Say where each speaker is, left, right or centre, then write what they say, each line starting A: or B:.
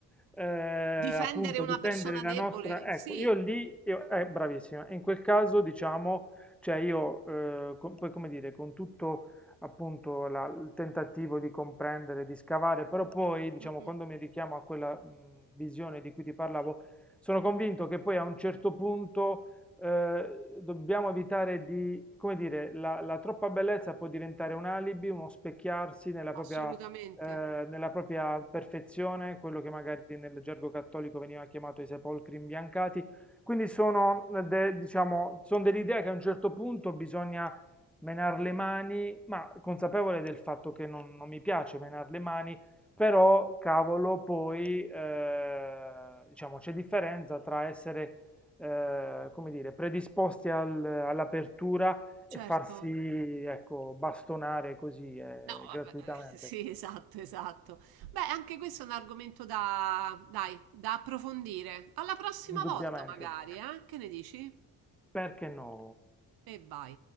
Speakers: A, in the centre; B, on the right (about 75°).
A: eh,
B: Difendere
A: appunto
B: una
A: difendere
B: persona
A: la
B: debole,
A: nostra, ecco,
B: sì,
A: io lì, io, eh, bravissima, in quel caso diciamo, cioè io, eh, con- poi come dire, con tutto appunto la- il tentativo di comprendere, di scavare, però poi diciamo,
B: mm, mm,
A: quando mi richiamo a quella mh, visione di cui ti parlavo, sono convinto che poi a un certo punto eh, dobbiamo evitare di, come dire, la, la troppa bellezza può diventare un alibi, uno specchiarsi nella propria,
B: assolutamente,
A: eh, nella propria perfezione, quello che magari nel gergo cattolico veniva chiamato i sepolcri imbiancati. Quindi sono, eh, de- diciamo, sono dell'idea che a un certo punto bisogna menare le mani, ma consapevole del fatto che non, non mi piace menare le mani, però, cavolo, poi, eh, diciamo, c'è differenza tra essere eh, come dire, predisposti al- all'apertura
B: certo.
A: e farsi, ecco, bastonare così eh,
B: No, vabbè,
A: gratuitamente,
B: <laughs> sì, esatto, esatto. Beh, anche questo è un argomento da, dai, da approfondire. Alla prossima
A: indubbiamente.
B: volta, magari, eh? Che ne dici?
A: Perché no?
B: E vai.